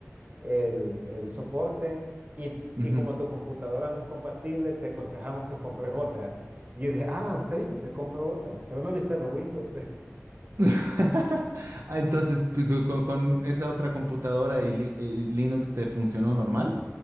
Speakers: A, on the right (about 35°); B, on the right (about 70°).
A: el, el soporte y,
B: ujú.
A: y como tu computadora no es compatible, te aconsejamos que compres otra. Y yo dije, ah, está bien, me compro otra, pero no los Windows. <laughs>
B: <laughs> Ah, Entonces, pi- co- con, con esa otra computadora y, li- eh, y Linux te funcionó normal.